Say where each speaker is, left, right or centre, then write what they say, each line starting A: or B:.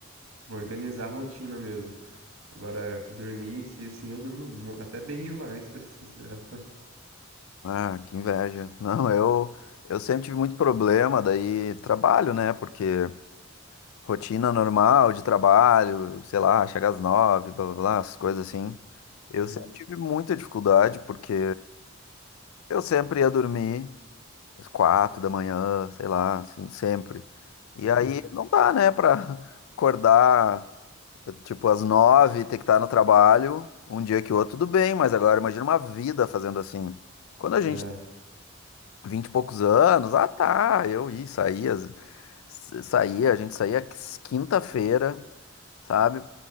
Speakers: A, on the right; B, on the left.
A: organizar a rotina mesmo. Agora, dormir em si, assim, eu durmo mu- até bem <laughs> demais, pra ser sincero.
B: Ah, que inveja. <laughs> Não, eu eu sempre tive muito problema, daí trabalho, né? Porque rotina normal de trabalho, sei lá, chega às nove, blá blá blá, as coisas assim. Eu
A: Uhum,
B: sempre tive muita dificuldade porque eu sempre ia dormir às quatro da manhã, sei lá, assim, sempre. E
A: uhum.
B: aí não dá, né, pra <laughs> acordar tipo às nove, ter que estar no trabalho, um dia que o outro, tudo bem, mas agora imagina uma vida fazendo assim. Quando a gente
A: É,
B: tem vinte e poucos anos, ah tá, eu ia, saía, s- saía, a gente saía quinta-feira sabe?